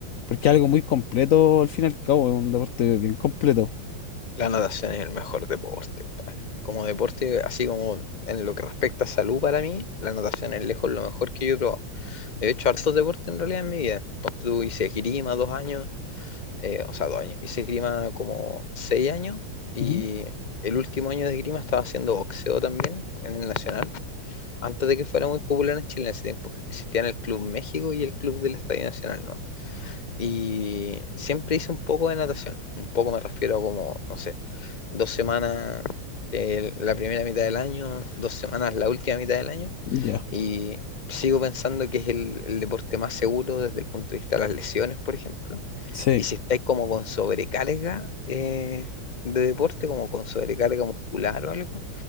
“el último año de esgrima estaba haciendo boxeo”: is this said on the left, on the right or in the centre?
Left